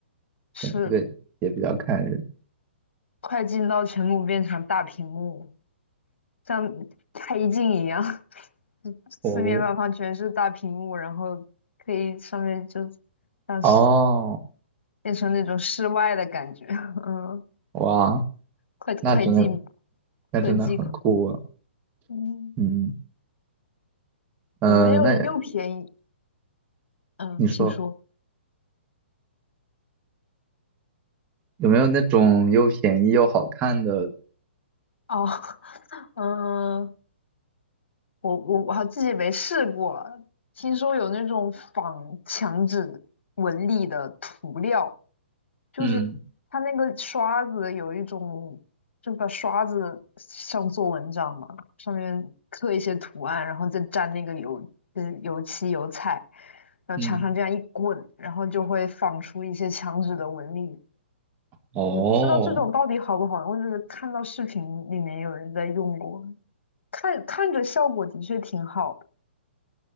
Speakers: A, on the left (about 70°); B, on the right (about 25°).
A: 是
B: 对，这个也比较看人。
A: 快进到全部变成大屏幕，像开镜一样，<laughs> 四面八方全是大屏幕，
B: 哦，
A: 然后可以上面就像是
B: 哦，
A: 变成那种室外的感觉，<laughs> 嗯。
B: 哇，
A: 快快进
B: 那真的，那真的很酷啊。
A: 科技款，嗯，
B: 嗯，嗯，
A: 有没有又便宜？
B: 那
A: 嗯，
B: 你说
A: 请说。
B: 有没有那种又便宜又好看的？
A: 哦，<laughs> 嗯，我我我还自己没试过，听说有那种仿墙纸纹理的涂料，就是它那个刷子有一种，
B: 嗯
A: 就把刷子上做文章嘛，上面刻一些图案，然后再沾那个油，呃，油漆油彩，然后墙上这样一滚，
B: 嗯，
A: 然后就会仿出一些墙纸的纹理。
B: 哦，
A: 我不知道这种到底好不好用，我只是看到视频里面有人在用过，看看着效果的确挺好的，